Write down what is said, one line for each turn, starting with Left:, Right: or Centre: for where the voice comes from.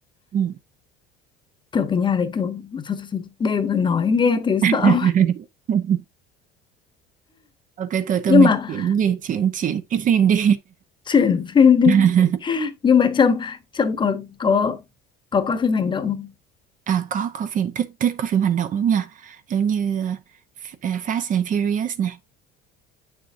Right: Ừ.
Left: kiểu cái nhà đấy kiểu thôi, thôi, thôi, đêm rồi nói nghe thấy sợ
Right: <laughs> Ok tôi tôi
Left: <laughs> nhưng
Right: mình
Left: mà
Right: chuyển gì chuyển chuyển cái phim đi.
Left: chuyển phim đi
Right: <laughs>
Left: <laughs> nhưng mà Trâm Trâm có có có coi phim hành động không?
Right: À có có phim thích thích có phim hành động đúng nhỉ? Giống như ờ, F- ờ, Fast and Furious này,